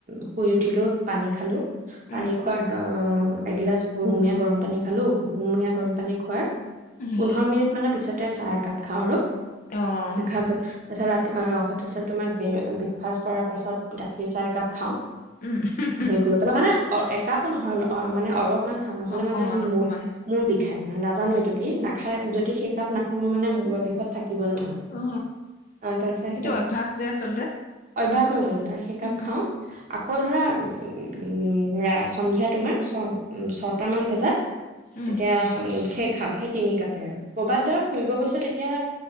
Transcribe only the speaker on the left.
উম
উম
অ'।
উম, হু' হু'।
অকমান
অকমান
অ
এইটো অভ্যাস যে আচলতে।
উম
উম
উম